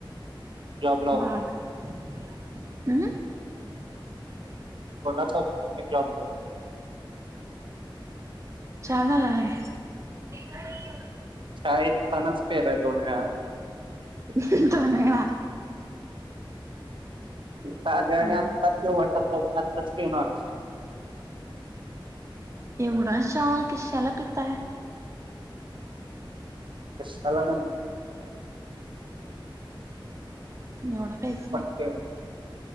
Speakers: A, on the right; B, on the right.
A: जॉब लावतो
B: वाघ <inaudible> हम्.
A: <unintelligible> मी जॉब लावतोय.
B: छान आलाय. <inaudible>
A: चहा येतानाच पिलाय दोन वेळा. <unintelligible>
B: नाही दोन वेळा
A: चांदण्यात
B: हम्म
A: चिवटी चौकात <unintelligible>
B: एवढा चहा किश्याला पीताय.
A: <inaudible> कशाला म्हणजे?
B: एवढा प्याच नाही.
A: <unintelligible>